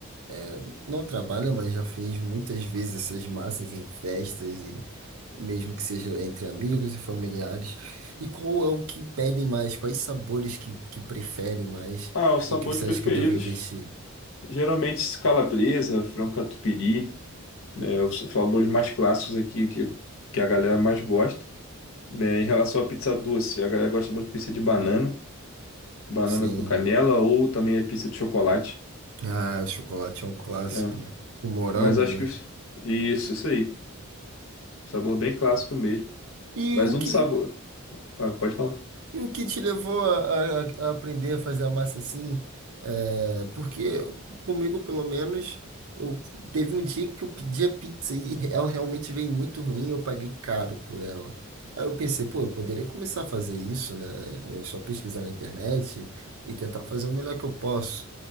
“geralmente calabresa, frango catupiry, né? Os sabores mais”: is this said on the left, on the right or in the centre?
Left